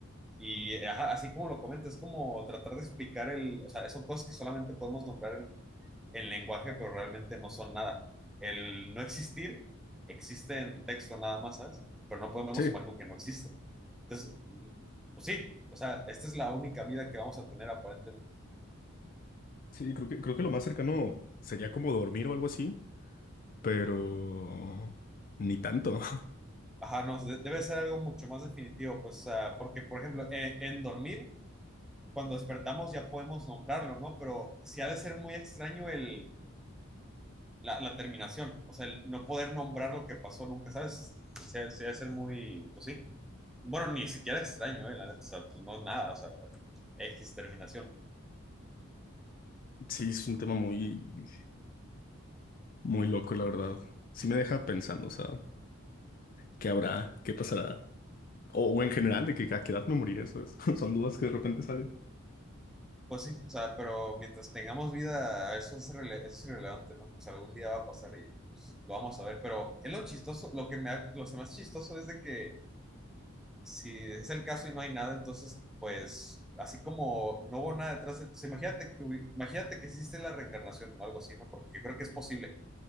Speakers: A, in the centre; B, on the left (about 40°).
A: Y ajá, así como lo comentas, es como tratar de explicar el, o sea, son cosas que solamente podemos nombrar en lenguaje, pero realmente no son nada. El no existir existe en texto nada más, ¿sabes? Pero no podemos
B: Sí,
A: imaginar que no existe. Entonces, pues sí, o sea, esta es la única vida que vamos a tener aparentemente.
B: sí, creo que, creo que lo más cercano sería como dormir o algo así, pero ni tanto. <laughs>
A: Ajá, no, de- debe ser algo mucho más definitivo, pues, o sea, porque, por ejemplo, en, en dormir, cuando despertamos ya podemos nombrarlo, ¿no? Pero sí ha de ser muy extraño el, la, la terminación, o sea, el no poder nombrar lo que pasó nunca, ¿sabes? Sí, ha sí ha de ser muy, pues sí. Bueno, ni siquiera extraño, eh, la neta, o sea, pues no nada, o sea, X terminación.
B: Sí, es un tema muy, muy loco, la verdad. Sí me deja pensando, o sea. ¿Qué habrá? ¿Qué pasará? O, o en general, de que a qué edad me moriré, eso es. <laughs> Son dudas que de repente salen.
A: Pues sí, o sea, pero mientras tengamos vida, eso es, irrele- eso es irrelevante, ¿no? O sea, algún día va a pasar y pues lo vamos a ver, pero es lo chistoso, lo que me, ha- lo más chistoso es de que si es el caso y no hay nada, entonces, pues, así como no hubo nada detrás, de, o sea, imagínate que, hubi- imagínate que existe la reencarnación o algo así, ¿no? Porque yo creo que es posible,